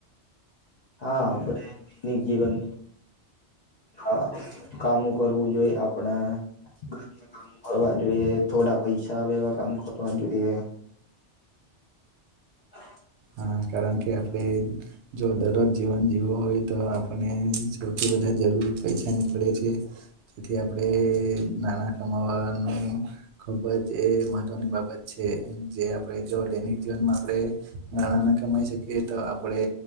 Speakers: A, on the left; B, on the right.
A: હા આપને દૈનિક જીવન હા કામો કરવું જોઈએ આપણે ગામ ના કામો કરવા જોઈએ થોડા પૈસા આવે એવા કામ કરવા જોઈએ. હા.
B: હા કારણ કે આપડે જો દરરોજ જીવન જીવો હોય તો આપને સૌથી વધાર જરૂર પૈસાની પડે છે. તેથી આપડણે નાણા કમાવાનું ખુબ જ એ મહત્વની બાબત છે. છે જે આપણે જો દૈનિક જીવનમાં આપણે નાણાં ના કમાઈ શકીએ તો આપડે